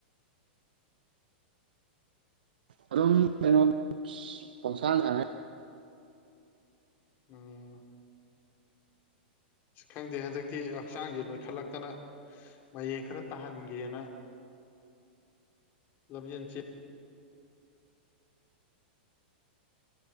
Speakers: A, on the right; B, on the left.
A: ꯑꯗꯨꯝ ꯀꯩꯅꯣ ꯄꯪꯁꯥꯅꯅꯤ
B: ꯎꯝ ꯈꯪꯗꯦ ꯍꯟꯗꯛꯇꯤ ꯑ ꯍꯛꯆꯥꯡꯁꯦ ꯅꯣꯏꯈꯠꯂꯛꯇꯅ ꯃꯌꯦꯡ ꯈꯔ ꯇꯥꯍꯟꯒꯦꯅ ꯂꯝꯖꯦꯟꯁꯤꯦ